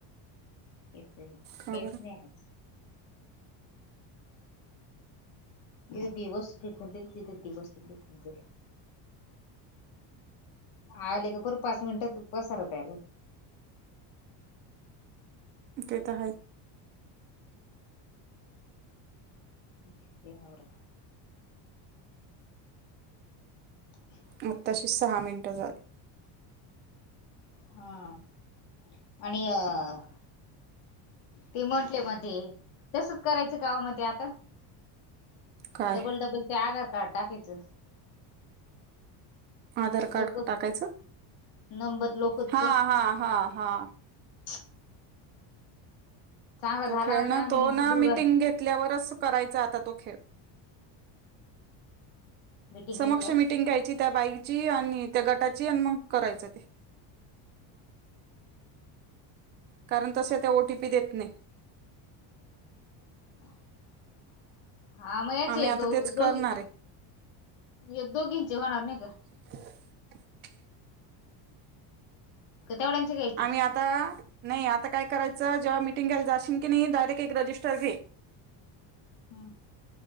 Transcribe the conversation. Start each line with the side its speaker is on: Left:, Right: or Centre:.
Left: इथे
Right: का
Left: काईच
Right: बरं?
Left: नइ आज. इथं दीवस पिकवतील तिथ दिवसबी पिकतील. आले का पर पाच मिन्टात पसारा तयार होत.
Right: तेेतर हाय.
Left: कित्ती आवरा. <inaudible>
Right: मग तशी सहा मिन्टं झाली.
Left: हां आणि अ. ते म्हटले मध्ये तसच करायचं काओ मते आता?
Right: काय?
Left: डबल डबल ते आधार कार्ड टाकायचं.
Right: आधार कार्ड
Left: लोक
Right: क टाकायचं
Left: नंबर लोकच
Right: हां हां हां हां.
Left: <inaudible> चांगला
Right: तो
Left: झाला
Right: खेळना
Left: होता आम्ही
Right: तो
Left: नेमकी
Right: ना
Left: दोघं
Right: मीटिंग घेतल्यावरच करायचा आता तो खेळ.
Left: मिटिंग
Right: समक्ष
Left: घेतल्या
Right: मिटिंग घ्यायची. त्या बाईची आनी त्या गटाची अन मग करायच ते. कारण तस्या त्या ओटीपी देत नइ.
Left: <inaudible> हां म याचे
Right: आम्ही
Left: एक
Right: आता
Left: द
Right: तेच
Left: दोघी
Right: करणार आहे
Left: एक दोघींचे होणार नाही का?
Right: <inaudible>
Left: का तेवढ्यांचे घ्यायचे
Right: आम्ही आता आ नइ आता काय करायचं जेव्हा मीटिंग घ्यायला जाशीन की, नई डायरेक एक रजिस्टर घे.
Left: हम्.